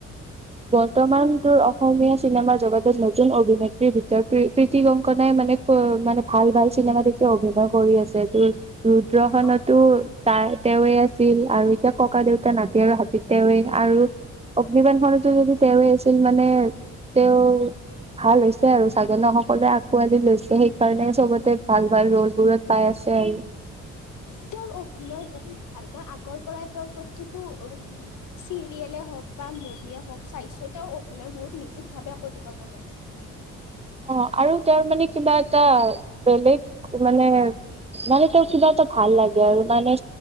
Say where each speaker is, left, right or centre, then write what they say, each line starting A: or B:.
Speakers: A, on the right (about 20°); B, on the left (about 75°).
A: বৰ্তমান তোৰ অসমীয়া চিনেমা জগতত নতুন অভিনেত্ৰীৰ ভিতৰত প্ৰী-প্ৰীতি কংকনাই মানে ত' মানে ভাল, ভাল চিনেমাত এতিয়া অভিনয় কৰি আছে তোৰ ৰুদ্ৰখনতো
B: অ
A: তাই তেওঁৱে আছ ছিল আৰু এতিয়া ককা দেউতা নাতি আৰু হাতীত তেৱেঁ আৰু অগ্নিবানখন যদি তেওঁৱে আছিল মানে, তেওঁ ভাল হৈছে আৰু চাগে ন সকলোৱে আঁকোৱালি লৈছে সেইকাৰণে চবতে ভাল ভাল ৰ'ল বোৰত‌ পাই আছে।
B: তেওঁৰ অভিনয় বহুত ভাল মই আগৰ পৰাই তেওঁৰ প্ৰতিটো চিৰিয়েলে হ'ওক বা মুভিয়ে হ'ওক স্বাস্থ্য তেওঁ অভিনয় বহুত নিখুত ভাৱে কৰিব জানো?
A: অ আৰু তেওঁৰ মানে কিবা এটা বেলেগ মানে মানে তোক কিবা এটা ভাল লাগে আৰু মানে